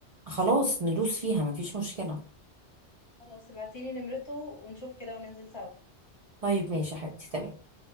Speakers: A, on the right; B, on the left.
A: خلاص ندوس فيها مفيش مشكله
B: خلاص ابعتيلي نمرته ونشوف كده وننزل سوا
A: طيب ماشي يا حبيبتي تمام